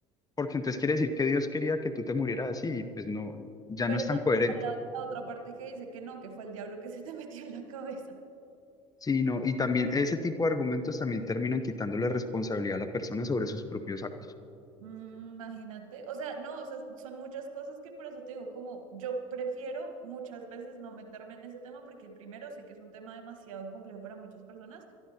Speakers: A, on the left (about 20°); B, on the right (about 80°).
A: porque entonces quiere decir que Dios quería que tú te murieras así, y pues no, ya
B: Pero
A: no es tan
B: también
A: coherente.
B: está la, la otra parte que dice que no, que fue el diablo que <laughs> se te metió en la cabeza.
A: Sí, no, y también ese tipo de argumentos también terminan quitándole responsabilidad a la persona sobre sus propios actos.
B: Mm, imagínate. O sea, no, o sea, son muchas cosas que por eso te digo, como yo prefiero muchas veces no meterme en ese tema porque primero sé que es un tema demasiado complejo para muchas personas